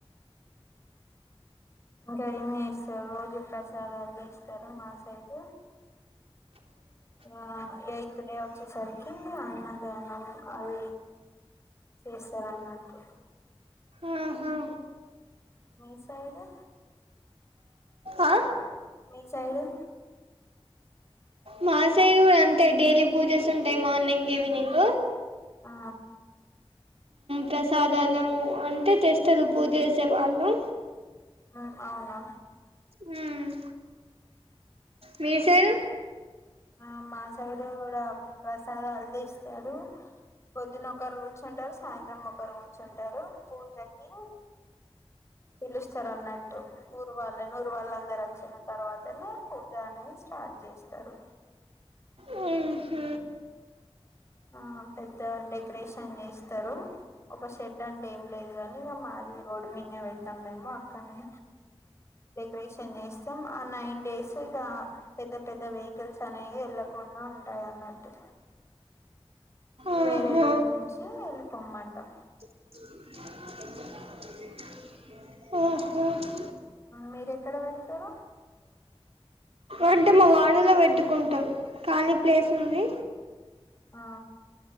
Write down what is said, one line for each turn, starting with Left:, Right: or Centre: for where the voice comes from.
Left: ఇంకా ఏం చేసారు రోజు ప్రసాదాలు తిస్తారు మా సైడ్ ఇగా ఆ ఎయిత్ డే వచ్చి సరికి అన్నాదానం అవి చేసార్ అన్నట్టు
Right: ఆహా
Left: మీ సైడు
Right: ఆ
Left: మీ చైడు
Right: మా సైడు గూడా అంతే డైలీ పూజెస్ ఉంటాయి మార్నింగ్ ఈవినింగ్
Left: ఆ
Right: ప్రసాదాలు అంటే తెస్తరు పూజ్ చేసే వాళ్ళు
Left: హా అవునా
Right: హ్మ్మ్ మీ సైర్
Left: ఆ మా సైడు కూడా ప్రసాదాలు దిస్తారు పొద్దున ఒకరు కూర్చుంటారు సాయంత్రం ఒకరు కూర్చుంటారు పూజకి పిలుస్తారు అన్నట్టు ఊరు వాళ్ళ ఊరు వాళ్ళ అందరు వచ్చిన తర్వాతనే పూజ అని ఆ చేస్తారు
Right: హ్మ్మ్
Left: ఆ పెద్దా డె డెకరేషన్ చేస్తారు ఒక షెడ్ అంటే ఏం లేదు గాని ఇక మాది రోడ్ మీద పె కమ్ మేము అక్కనే డెకరేషన్ చేస్తాం ఆ నైన్ డేస్ ఇక పెద్ద పెద్ద వెహికల్స్ అనేవి వెళ్ళకుండా ఉంటాయి అన్నట్టు
Right: ఆహా
Left: వేరే రూట్ నుంచి వెళ్ళిపోమ్మంటాం
Right: ఉమ్మ్
Left: మీరూ ఎక్కడ పెడతారు
Right: అంటే మా వాడలో పెట్టుకుంటాం ఖాళీ ప్లేస్ ఉంది
Left: ఆ